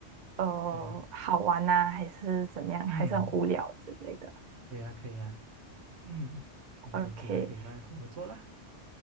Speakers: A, on the right; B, on the right.
A: 呃，
B: 可以啊，
A: 好玩呐、还是怎样，
B: 嗯，
A: 还是很无聊之类的。
B: 可以啊，可以啊，嗯，我们有机会可以再合作啦。
A: OK。